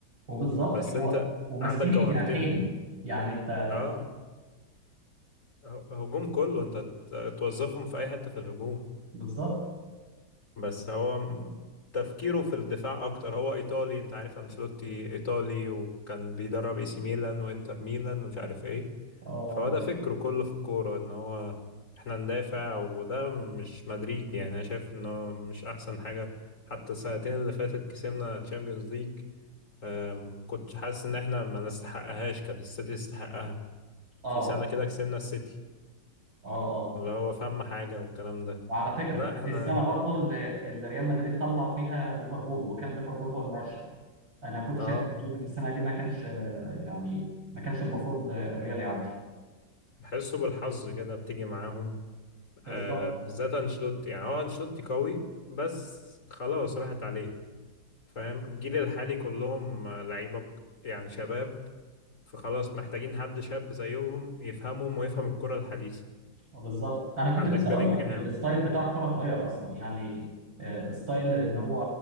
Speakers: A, on the right; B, on the left.
A: وبالظبط
B: بس
A: هو
B: انت
A: وماسكين
B: عندك جوهرتين
A: الجناحين يعني انت
B: اه ه- هجوم كله انت ت- توظفهم في اي حته في الهجوم
A: بالظبط
B: بس هو م- تفكيره في الدفاع اكتر هو ايطالي انت عارف انشيلوتي ايطالي وكان بيدرب اي سي ميلان وانتر ميلان ومش عارف ايه
A: اه
B: فهو ده فكره كله في الكوره ان هو احنا ندافع وده مش مدريد يعني انا شايف انه مش احسن حاجه حتى السنتين اللي فاتت كسبنا تشامبيونز ليج أم، كنت حاسس ان احنا ما نستحقهاش كانت السيتي تستحقها
A: اه
B: في سنه كده كسبنا السيتي
A: اه اه
B: اللي هو فهم حاجه والكلام ده
A: وعلى فكره
B: لا احنا
A: في السنه برضو اللي اللي ريال مدريد طلع فيها ليفربول وكان ليفربول هو المرشح انا كنت
B: اه
A: شايف ان في السنه دي ما كانش آه، يعني ما كانش المفروض آه، الريال يعدي
B: بحسه بالحظ كده بتيجي معاهم
A: بالظبط
B: آه بالذات انشيلوتي يعني هو انشيلوتي قوي بس خلاص راحت عليه فاهم الجيل الحالي كلهم آه، لعيبة ك- يعني شباب فخلاص محتاجين حد شاب زيهم يفهمهم ويفهم الكرة الحديثة
A: بالظبط انا كنت
B: عندك
A: لسه
B: بيلينجهام
A: اقول لك الستايل بتاع الكره اتغير اصلا يعني آه، ستايل ان هو